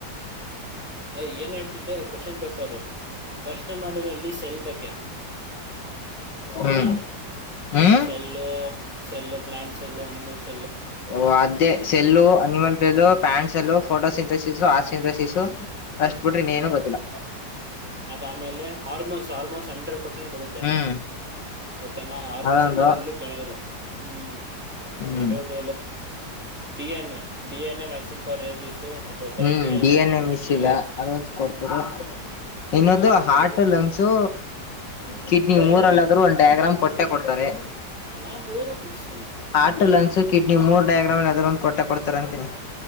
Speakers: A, in the centre; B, on the left (about 85°).
A: ಹ್ಮ್ ಅ್ ಏನ್ ಹೇಳ್ತಿದ್ದೆ ಕ್ವಶನ್ ಪೇಪರ್ ಅಲ್ಲಿ ಪ್ರಶ್ನೆ ಮಾಡೋದ್ರಲ್ಲಿ ಸೆಲ್ ಬಗ್ಗೆ
B: ಹ್ಮ್
A: ಹ
B: ಹ್ಮ್
A: ಸೆಲ್ಲೋ ಎಲ್ಲ ಪ್ಲಾಟ್ಸ್ ಎಲ್ಲೋ ಅನಿಮಲ್ಸ್
B: ಓ ಅದ್ದೇ ಸೆಲ್ಲು ಅನಿಮಲ್ ಬೆಲ್ಲ ಪ್ಯಾಂಟ್ ಸೆಲ್ಲು ಫೋಟೋ ಸಿಂಥಸಿಸು ಆ ಸಿಂಥಸಿಸಸು ಅಷ್ಟ್ ಬಿುಟ್ರಿ ನೀಏನುೂ ಗೊತ್ತಿಲ್ಲ
A: ಅದಮೇಲೆ ಹಾರ್ಮೋನ್ಸ್ ಹಾರ್ಮೋನ್ಸ್ ಹಂಡ್ರೆಡ್ ಪರ್ಸೆಂಟ್ ಬರುತ್ತೆ
B: ಹ್ಮ್
A: ಓಕೆನಾ ಹಾರ್ಮೋನ್ಸ್
B: ಅದೊಂದು
A: ಎಲ್ಲದ್ರಲ್ಲೂ ಕೇಳವ್ರೆ ಹ್ಮ್
B: ಹ್ಮ್
A: ಮಾಡಟ D N A D N A vaccine for rabies ಅಥವಾ ಬರ
B: ಹ್ಮ್
A: ಡಿ ಎನ್ ಎ
B: ಮಿಸ್ ಇಲ್ಲ
A: <inaudible>
B: ಅದೊಂದು ಕೊಡ್ತರು ಇನ್ನೊಂದು
A: hundred
B: heart
A: percent
B: lungs kidney
A: diagram
B: ಮೂರಲ್ಲಾದ್ರರು ಒಂದು ಡೈ ಗ್ರಾಮ್ ಕೊಟ್ಟೆ ಕೊಡ್ತಾರೆ
A: ನಾಮೂರು ಬಿಡಿಸ್ತನಿ
B: ಹಾರ್ಟ್ ಲಂಗ್ಸ್ ಕಿಡ್ನಿ ಮೂರ್ ಡಯಾಗ್ರಾಮ್ ಅಲ್ಲಿ ಅದ್ರೊಂದಂದು ಕೊಟ್ಟೆ ಕೊಡ್ತಾರ ಅಂತೀನಿ